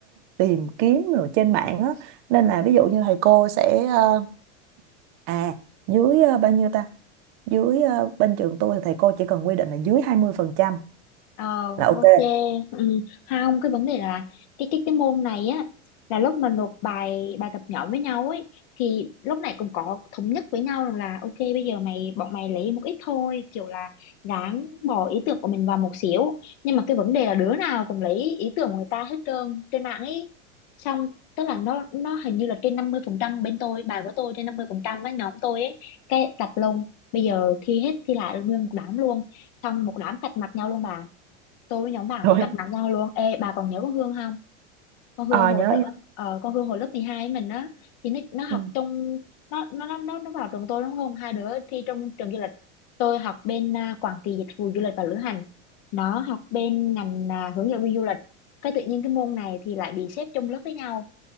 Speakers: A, on the right; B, on the left.
A: tìm kiếm rồi trên mạng á nên là ví dụ như thầy cô sẽ ờ, à dưới ờ, bao nhiêu ta dưới ờ, bên trường tôi thì thầy cô chỉ cần quy định là dưới 20%
B: Ờ,
A: là ok
B: ok. Ừ. Không, cái vấn đề là cái cái cái môn này á là lúc mà nộp bài bài tập nhỏ với nhau ấy thì lúc này cũng có thống nhất với nhau rằng là ok bây giờ mày bọn mày lấy một ít thôi kiểu là ráng bỏ ý tưởng của mình vào một xíu nhưng mà cái vấn đề là đứa nào cũng lấy ý tưởng của người ta hết trơn trên mạng ấy xong tức là nó nó hình như là trên năm mươi phần trăm bên tôi bài của tôi trên 50% ấy, nhóm tôi ấy cái đặt lông bây giờ thi hết thi lại nguyên một đám luôn xong một đám cạch mặt nhau luôn bà tôi với nhóm bạn
A: rồi
B: tôi cạch mặt nhau luôn ê bà còn nhớ con Hương không con Hương
A: ờ
B: hồi
A: nhớ
B: thợ-
A: nhớ
B: ờ, con Hương hồi lớp 12 ấy mình á thì nó nó học
A: ừ.
B: trong nó nó nó nó nó vào trường tôi đúng không hai đứa thi trong trường du lịch tôi học bên à, quản trị dịch vụ du lịch và lữ hành nó học bên ngành à, hướng dẫn viên du lịch cái tự nhiên cái môn này thì lại bị xếp chung lớp với nhau